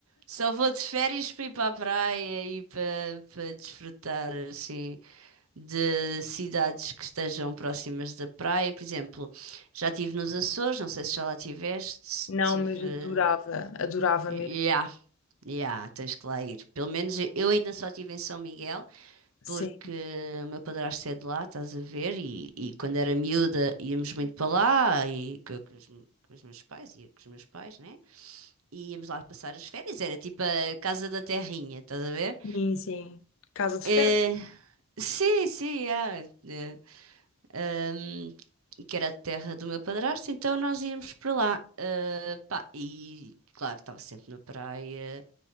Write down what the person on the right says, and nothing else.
Só vou de férias para ir para a praia e para para desfrutar assim. de cidades que estejam próximas da praia. Por exemplo, já estive nos Açores, não sei se já lá estiveste.
Tive.
Ya,
ya, tens que lá ir. Pelo menos eu ainda só estive em São Miguel,
porque o meu padrasto é de lá, estás a ver? E, e quando era miúda íamos muito para lá e co- com, os, com os meus pais, ia com os meus pais, né? E íamos lá passar as férias, era tipo a casa da terrinha, estás a ver?
É,
sim, sim, ya, é. ahm, que era a terra do meu padrasto, então nós íamos para lá. Ah, pá, e claro, estava sempre na praia.